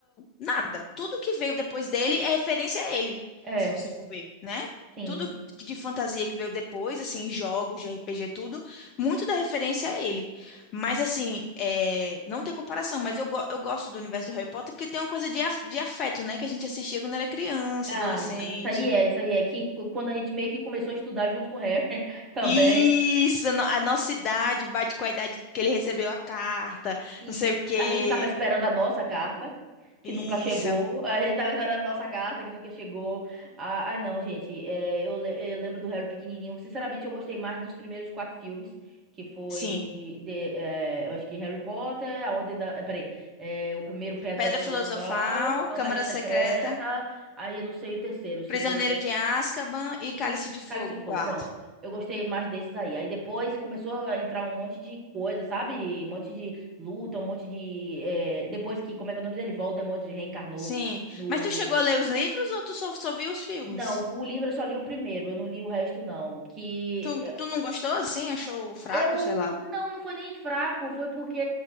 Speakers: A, on the left (about 35°); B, on the right (about 25°).
A: nada. Tudo que veio depois dele é referência a ele,
B: é,
A: se você for ver, né?
B: sim.
A: Tudo que- de fantasia que veio depois, assim, jogos de RPG, tudo, muito da referência a ele. Mas, assim, é, não tem comparação, mas eu, go- eu gosto do universo do Harry Potter porque tem uma coisa de, af- de afeto, né? Que a gente assistia quando era criança,
B: Ah,
A: adolescente.
B: isso aí é, isso aí é que qu- quando a gente meio que começou a estudar junto com o Harry <laughs> também,
A: Isso, a no- a nossa idade bate com a idade que ele recebeu a carta,
B: e
A: não sei o quê.
B: a gente tava esperando a nossa carta, que
A: Isso,
B: nunca chegou, a gente tava esperando a nossa carta, que nunca chegou. Ah, ai não, gente, é, eu, le- eu lembro do Harry pequenininho, sinceramente eu gostei mais dos primeiros quatro filmes, que foi,
A: sim.
B: de, é, eu acho que Harry Potter, a Ordem da... é, Peraí, é, o primeiro Pedra
A: Pedra
B: Filosofal,
A: Filosofal,
B: Câmara
A: Câmara
B: Secreta,
A: Secreta,
B: aí eu não sei o terceiro, se
A: Prisioneiro
B: foi...
A: de Azkaban e
B: E
A: Cálice de Fogo,
B: Cálice de Fogo,
A: quarto.
B: pronto. Eu gostei mais desses aí. Aí depois começou a entrar um monte de coisa, sabe? Um monte de luta, um monte de. eh, Depois que, como é que é o nome dele? Voldemort reencarnou
A: Sim.
B: no.
A: Mas tu chegou a ler os livros ou tu só, só viu os filmes?
B: Não, o livro eu só li o primeiro, eu não li o resto, não. Que
A: Tu, tu não gostou assim? Achou fraco,
B: eu.
A: sei lá.
B: Não, não foi nem fraco, foi porque